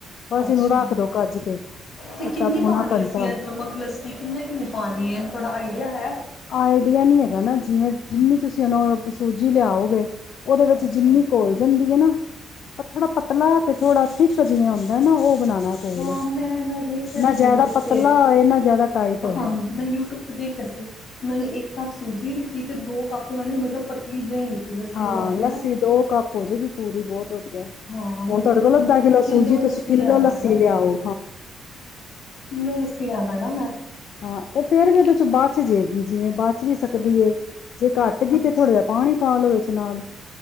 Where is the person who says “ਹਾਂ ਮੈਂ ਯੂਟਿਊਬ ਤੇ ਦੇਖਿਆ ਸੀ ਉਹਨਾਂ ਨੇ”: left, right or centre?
Left